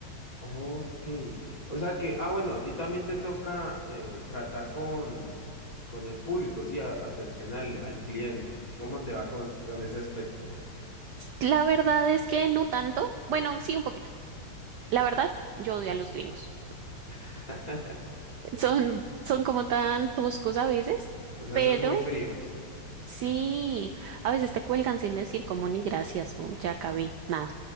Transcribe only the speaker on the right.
La verdad es que no tanto, bueno, sí un poquito. La verdad, yo odio a los gringos.
Son, son como tan toscos a veces,
pero
Sí, a veces te cuelgan sin decir como ni gracias o ya acabé, nada.